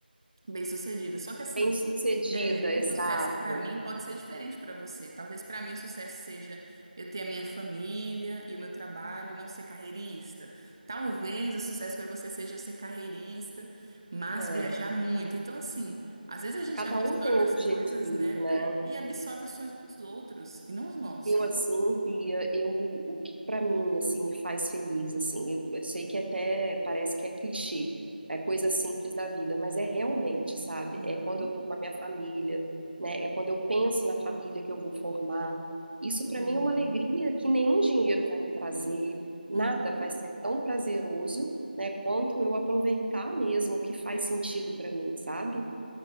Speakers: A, on the right (about 25°); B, on the right (about 80°).
A: bem-sucedida. Só que assim,
B: Bem-sucedida,
A: é, o
B: exato.
A: sucesso para mim pode ser diferente para você. Talvez para mim o sucesso seja eu ter a minha família e o meu trabalho, e não ser carreirista. Talvez o sucesso para você seja ser carreirista, mas
B: É,
A: viajar muito. Então assim, às vezes a gente
B: cada
A: absorve
B: um tem um
A: as
B: objetivo,
A: coisas, né?
B: né?
A: É, e absorve os sonhos dos outros e não os nossos.
B: Eu assim, Pia, eu o que pra mim assim me faz feliz assim. Eu, eu sei que até parece que é clichê, é coisa simples da vida, mas é realmente, sabe?
A: Uhum.
B: É quando eu tô com a minha família, né? É quando eu penso na família que eu vou formar. Isso pra
A: Sim.
B: mim é uma alegria que nenhum dinheiro vai me trazer, nada
A: Uhum.
B: vai ser tão prazeroso, né, quanto eu aproveitar mesmo o que faz sentido pra mim, sabe?